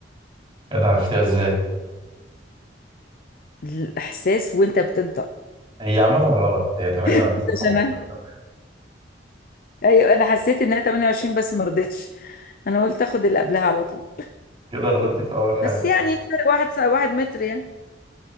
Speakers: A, on the right (about 30°); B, on the left (about 50°).
A: ايه ده عرفتها ازاي
B: الاحساس وانت بتنطق
A: هي عامة غلط هي 8
B: مش
A: ولا 15
B: انا ايوه انا حسيت انها 28 بس ما رضيتش انا قلت اخد اللي قبلها على طول
A: كده غلطتي في أول حاجة
B: بس يعني فرق واحد واحد متر يعني